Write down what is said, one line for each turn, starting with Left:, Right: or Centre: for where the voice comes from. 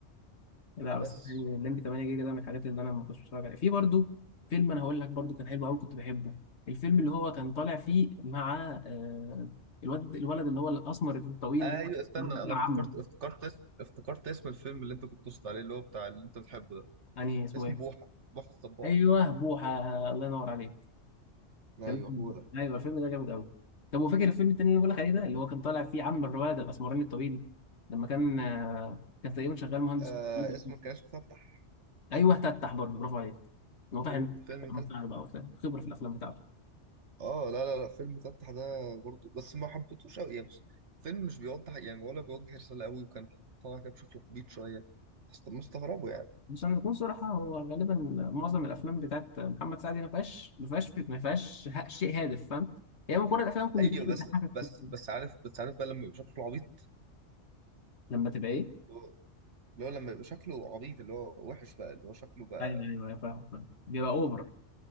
Left: لا
Right: بس
Left: بس يعني الليمبي 8 جيجا ده من الحاجات اللي انا ما كنتش بتفرج عليها في برضو فيلم انا هقول لك برضو كان حلو قوي كنت بحبه الفيلم اللي هو كان طالع فيه مع آه، الواد الولد اللي هو الاسمر الطويل
Right: ايوه
Left: ده
Right: استنى
Left: اللي كان طالع
Right: انا افتكرت
Left: عمه
Right: افتكرت اسم افتكرت اسم الفيلم اللي انت كنت تقصد عليه اللي هو بتاع اللي انت بتحبه ده
Left: يعني اسمه
Right: اسم
Left: ايه
Right: بوحة بوحة الصباح
Left: ايوه بوحه الله ينور عليك
Right: ايوه
Left: كان اسمه بوحه
Right: هو ده
Left: ايوه الفيلم ده جامد قوي طب وفاكر الفيلم التاني اللي بقول لك عليه ده اللي هو كان طالع فيه عم الرواد الاسمراني الطويل لما كان آه، كان تقريبا شغال مهندس
Right: آه
Left: كمبيوتر.
Right: اسمه كان اسمه فتح
Left: ايوه تفتح برضه برافو عليك واضح
Right: فيلم
Left: ان
Right: فيلم
Left: أنت
Right: تفتح
Left: بقى وبتاع، خبره في الافلام بتاعته
Right: اه لا لا لا فيلم فتح ده برضه بس ما حبيتهوش قوي يعني بص فيلم مش بيوضح يعني ولا بيوجه رسالة قوي وكان طالع كده بشكل عبيط شوية بس مستغربه يعني
Left: عشان نكون صراحة هو غالبا معظم الأفلام بتاعت محمد سعد ما فيهاش ما فيهاش ما فيهاش ه- شيء هادف فاهم هي مجرد أفلام كوميدية
Right: ايوه
Left: بتضحكك
Right: بس بس
Left: كتير.
Right: بس عارف بس عارف بقى لما يبقى شكله عبيط
Left: لما تبقى إيه
Right: اللي هو اللي هو لما يبقى شكله عبيط اللي هو وحش بقى اللي هو شكله بقى
Left: أيوه أيوه أيوة، فاهم فاهم بيبقى أوفر